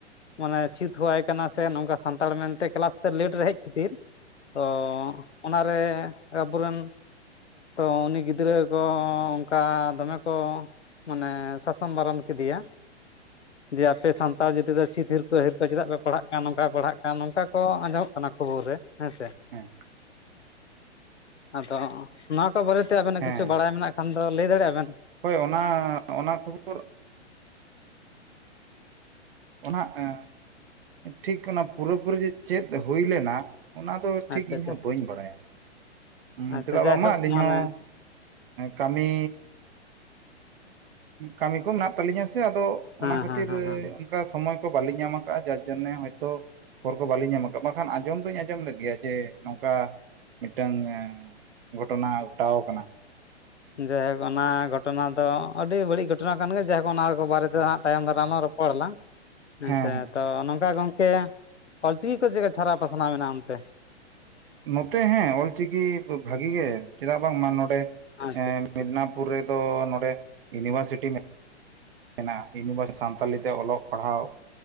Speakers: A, on the left; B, on the right.
A: ᱢᱟᱱᱮ ᱪᱷᱤ ᱛᱷᱩᱣᱟᱭ ᱠᱟᱱᱟ ᱥᱮ ᱱᱚᱝᱠᱟ ᱥᱟᱱᱛᱟᱲ ᱢᱮᱱᱛᱮ ᱠᱮᱞᱟᱥ ᱛᱮ ᱞᱮᱴ ᱨᱮ ᱦᱮᱡ ᱠᱷᱟᱹᱛᱤᱨ ᱚ, ᱚᱱᱟᱨᱮ ᱟᱵᱚᱨᱮᱱ ᱛᱚ, ᱩᱱᱤ ᱜᱤᱫᱽᱨᱟᱹ ᱠᱚ ᱚᱝᱠᱟ ᱫᱚᱢᱮ ᱠᱚ ᱢᱟᱱᱮ ᱥᱟᱥᱚᱱ ᱵᱟᱨᱚᱢ ᱠᱮᱫᱮᱭᱟ᱾
B: <inaudible>
A: ᱡᱮ ᱟᱯᱮ ᱥᱟᱱᱛᱟᱲ ᱡᱟᱹᱛᱤ ᱫᱚ ᱥᱤ ᱦᱤᱨᱯᱟᱹ ᱦᱤᱨᱠᱟᱹ ᱪᱮᱫᱟᱜ ᱯᱮ ᱯᱟᱲᱦᱟᱜ ᱠᱟᱱ ᱱᱚᱝᱠᱟᱭ ᱯᱟᱲᱦᱟᱜ ᱠᱟᱱ ᱱᱚᱝᱠᱟ ᱠᱚ ᱟᱸᱡᱚᱢᱚᱜ ᱠᱟᱱᱟ ᱠᱷᱚᱵᱚᱨ ᱨᱮ᱾ ᱦᱳᱭ ᱥᱮ
B: ᱦᱮᱸ
A: ᱟᱫᱚ ᱱᱚᱣᱟ ᱠᱚ ᱵᱟᱨᱮ ᱛᱮ ᱟᱵᱮᱱᱟᱜ
B: ᱦᱮᱸ
A: ᱠᱤᱪᱷᱩ ᱵᱟᱲᱟᱭ ᱢᱮᱱᱟᱜ ᱮᱠᱷᱟᱱ ᱫᱚ ᱞᱟᱹᱭ ᱫᱟᱲᱮᱜ-ᱟ ᱵᱮᱱ?
B: ᱦᱳᱭ ᱚᱱᱟ ᱚᱱᱟ ᱠᱷᱚᱵᱚᱨ ᱱᱟᱦᱟᱜ ᱮᱸ ᱴᱷᱤᱠ ᱚᱱᱟ ᱯᱩᱨᱟᱹ ᱯᱩᱨᱤ ᱡᱮ ᱪᱮᱫ ᱦᱳᱭ ᱞᱮᱱᱟ ᱚᱱᱟ ᱫᱚ ᱴᱷᱤᱠ
A: ᱟᱪᱪᱷᱟ
B: ᱤᱧ
A: ᱟᱪᱪᱷᱟ
B: ᱦᱚᱸ
A: ᱟᱪᱪᱷᱟ
B: ᱵᱟᱹᱧ ᱵᱟᱲᱟᱭᱟ ᱩᱸ
A: ᱟᱪᱪᱷᱟ
B: ᱪᱮᱫᱟᱜ
A: ᱡᱟᱭᱦᱳᱠ
B: ᱵᱟᱝᱢᱟ ᱟᱞᱤᱧ
A: ᱢᱟᱱᱮ
B: ᱦᱚᱸ ᱠᱟᱹᱢᱤ ᱠᱟᱹᱢᱤ ᱠᱚ ᱢᱮᱱᱟᱜ ᱛᱟᱞᱤᱧᱟ ᱥᱮ ᱟᱫᱚ
A: ᱦᱮᱸ
B: ᱚᱱᱟ ᱠᱷᱟᱹᱛᱤᱨ
A: ᱦᱮᱸ ᱦᱮᱸ ᱦᱮᱸ
B: ᱚᱝᱠᱟ ᱥᱚᱢᱚᱭ ᱠᱚ ᱵᱟᱞᱤ ᱧᱟᱢ ᱠᱟᱜᱼᱟ ᱡᱟᱨ ᱡᱚᱱᱱᱮ ᱦᱚᱭᱛᱳ ᱠᱷᱚᱵᱚᱨ ᱠᱚ ᱵᱟᱞᱤᱧ ᱧᱟᱢ ᱠᱟᱜ-ᱟ ᱵᱟᱠᱷᱟᱱ ᱟᱸᱡᱚᱢ ᱫᱩᱧ ᱟᱸᱡᱚᱢ ᱞᱮᱫ ᱜᱮᱭᱟ ᱡᱮ ᱱᱚᱝᱠᱟ ᱢᱤᱫᱴᱟᱝ ᱜᱷᱚᱴᱚᱱᱟ ᱜᱷᱚᱴᱟᱣ ᱠᱟᱱᱟ
A: ᱡᱟᱭᱦᱳᱠ ᱚᱱᱟ ᱜᱷᱚᱴᱚᱱᱟ ᱫᱚ ᱟᱹᱰᱤ ᱵᱟᱹᱲᱤᱡ ᱜᱷᱚᱴᱚᱱᱟ ᱠᱟᱱ ᱜᱮᱭᱟ ᱡᱟᱭᱦᱳᱠ ᱚᱱᱟ ᱠᱚ ᱵᱟᱨᱮᱛᱮ ᱦᱟᱸᱜ ᱛᱟᱭᱚᱢ ᱫᱟᱨᱟᱢ ᱞᱟᱝ ᱨᱚᱯ ᱯᱚᱲᱟᱞᱟᱝ ᱦᱮᱸᱥᱮ
B: ᱦᱮᱸ ᱦᱮᱸ
A: ᱛᱚ ᱱᱚᱝᱠᱟ ᱜᱚᱝᱠᱮ ᱚᱞᱪᱤᱠᱤ ᱠᱚ ᱪᱮᱫᱠᱟ ᱪᱷᱟᱨᱟᱣ ᱯᱟᱥᱱᱟᱣ ᱢᱮᱱᱟᱜᱼᱟ ᱚᱱᱛᱮ?
B: ᱱᱚᱛᱮ ᱦᱮᱸ ᱚᱞᱪᱤᱠᱤ ᱵᱷᱟᱹᱜᱮ ᱜᱮ ᱪᱮᱫᱟᱜ ᱵᱟᱝᱢᱟ ᱱᱚᱸᱰᱮ
A: ᱟᱪᱪᱷᱟ
B: ᱮᱸᱻ
A: ᱟᱪᱪᱷᱟ
B: ᱢᱮᱫᱱᱟ ᱯᱩᱨ ᱨᱮᱫᱚ ᱱᱚᱸᱰᱮ ᱤᱭᱩᱱᱤᱵᱷᱟᱨᱥᱤᱴᱤ ᱢᱮᱱᱟ ᱢᱮᱱᱟᱜ-ᱟ, ᱤᱭᱩᱱᱤᱵᱷᱟᱨ ᱥᱟᱱᱛᱟᱞᱤ ᱛᱮ ᱚᱞᱚᱜ ᱯᱟᱲᱦᱟᱣ